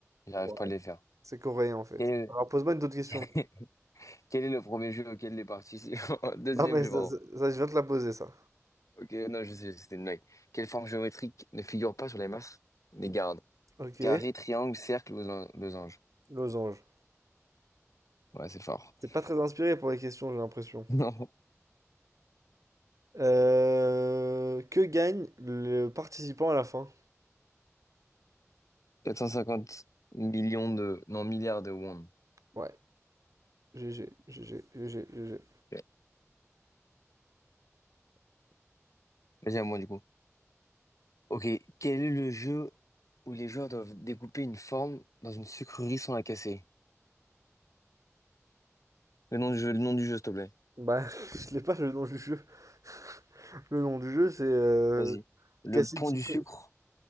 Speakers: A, on the left (about 80°); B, on the right (about 85°).
A: J'arrive
B: Ouah,
A: pas à les faire.
B: C'est coréen en fait.
A: Quel est
B: Alors, pose-moi une autre question.
A: <laughs> quel est le premier jeu auquel les parties... <laughs> Deuxième
B: Non, mais
A: jeu,
B: ça,
A: pardon.
B: ça- ça, je viens de te la poser, ça.
A: Ok, non, je sais, c'était une blague. Quelle forme géométrique ne figure pas sur les masses des gardes?
B: Ok.
A: Carré, triangle, cercle, losange.
B: Losange.
A: Ouais, c'est fort. <laughs>
B: T'es pas très inspiré pour les questions, j'ai l'impression.
A: Non.
B: Euh, que gagne le participant à la fin?
A: 450 millions de... Non, milliards de won.
B: Ouais, GG, GG, GG, GG.
A: Ok. Vas-y, à moi, du coup. Ok, quel est le jeu où les joueurs doivent découper une forme dans une sucrerie sans la casser? Le nom du jeu, le nom du jeu, s'il te plaît.
B: Bah, <laughs> je l'ai pas le nom du jeu. <laughs> Le nom du jeu, c'est euh,
A: Vas-y. Le
B: Casser
A: pont
B: le sucre.
A: du sucre.